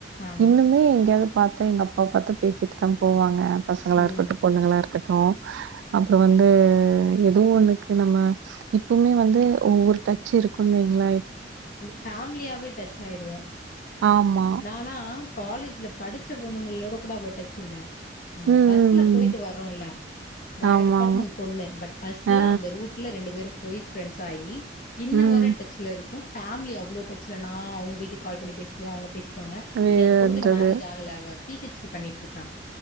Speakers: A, on the left; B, on the right.
A: ஆமா
B: இன்னுமே எங்கேயாவது பாத்தா எங்க அப்பா பாத்தா பேசிட்டு த்தான் போவாங்க பசங்களா
A: ம்
B: இருக்கட்டு பொண்ணுங்களா இருக்கட்டு அப்புற வந்து ஏதோ ஒண்ணுக்கு நம்ம இப்பவுமே வந்து ஒவ்வொரு ட ச் இருக்குன் வைங்களே
A: ஃபேமிலியாவே டச் ஆயிருவோ
B: ஆமா.
A: நாலாம் காலேஜ்ல படிச் ச்ச பொண்ணுங்களோட கூட அவளோ டச் இல்ல அந்த
B: ம், ம்,
A: பஸ்ல போயிட்டு
B: ம்.
A: வர்றோல்ல வேற
B: ஆமாமா.
A: டிபார்ட்மெண்ட் பொண்ணு பட் பஸ்ல
B: ஆ,
A: அந்த ரூட்ல ரெண்டு பேரும் போய் ஃப்ரெண்ட்ஸ் ஆயி இன்ன
B: ம்.
A: வர டச்ல இருக்கு ஃபேிலி அவ்ளோ டச்சில்லைனா அவங்க வீட்டு கால் பண்ணி பேசிருவே அவங்க க்கோங்க
B: வேர்ன்றது.
A: இனி அந்த பொண்ணுக்கு இன்னு மேரேஜ் ஆகல அவ பி ஹெச் டி பண்ணிட்டு இருக்கா